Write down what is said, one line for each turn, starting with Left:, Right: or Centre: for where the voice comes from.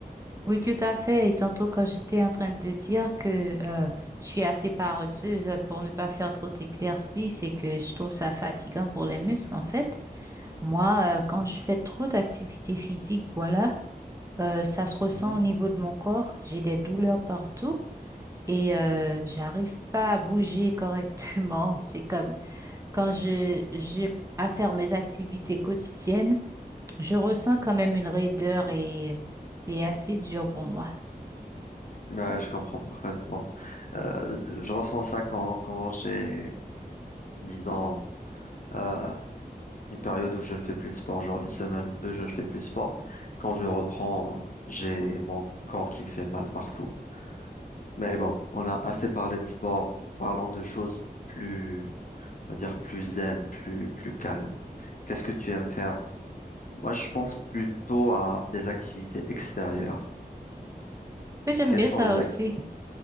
Right: Oui, tout à fait. Et tantôt, quand j'étais en train de dire que euh, je suis assez paresseuse pour ne pas faire trop d'exercice et que je trouve ça fatigant pour les muscles, en fait, moi, euh, quand je fais trop d'activité physique, voilà, euh, ça se ressent
Left: Mhm.
Right: au niveau de mon corps. J'ai des douleurs partout et euh, j'arrive pas à bouger correctement. <laughs> C'est comme quand je j'ai à faire mes activités quotidiennes, je ressens quand même une raideur et c'est assez dur pour moi.
Left: Ouais, je comprends parfaitement. Euh, je ressens ça quand, quand j'ai, disons, euh, une période où je ne fais plus de sport, genre une semaine ou deux, je ne fais plus de sport. Quand je reprends, j'ai mon corps qui me fait mal partout. Mais bon, on a assez parlé de sport. Parlons de choses plus, on va dire plus zen, plus, plus calmes. Qu'est-ce que tu aimes faire? Moi, je pense plutôt à des activités extérieures.
Right: Mais J'aime
Left: Quelles
Right: bien
Left: sont
Right: ça
Left: les ac-
Right: aussi.